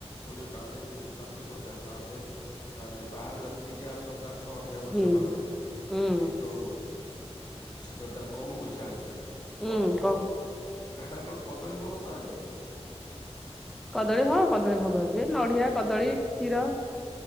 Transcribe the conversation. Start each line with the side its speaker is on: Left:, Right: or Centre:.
Left: କୋଡିଏ ଟଙ୍କା ଦେ, ତିରିଶ ଟଙ୍କା ଦେ, ପଚାଶ ଟଙ୍କା ଦେ ସେମାନେ ବାହାର ଯାତ୍ରୀ ଯିଏ ଆସନ୍ତି। ତାଙ୍କୁ ସବୁ ଅଧିକା ପଇସା
Centre: ହୁଁ
Left: ମାଗନ୍ତି।
Centre: ହୁଁ
Left: କିନ୍ତୁ ସେଟା ତାହେଲେ କମ ପଇସା ଅଛି
Centre: ହୁଁ
Left: କତ
Centre: କମ୍
Left: କତ ଏଟା କଣ କଦଳୀ ଭୋଗ କରାଯାଏ?
Centre: କଦଳୀ ହଁ କଦଳୀ ଭୋଗ ହୁଏ, ନଡିଆ, କଦଳୀ, କ୍ଷୀର।